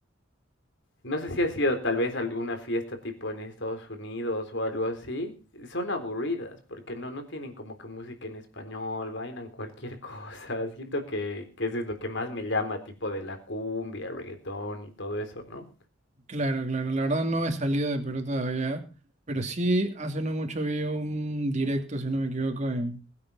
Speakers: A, on the left (about 65°); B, on the right (about 35°).
A: No sé si ha sido tal vez alguna fiesta tipo en Estados Unidos o algo así. Son aburridas porque no, no tienen como que música en español, bailan cualquier cosa. <laughs> Siento que, que eso es lo que más me llama, tipo de la cumbia, reggaetón y todo eso, ¿no?
B: Claro, claro, la verdad no he salido de Perú todavía, pero sí hace no mucho vi un directo, si no me equivoco, en,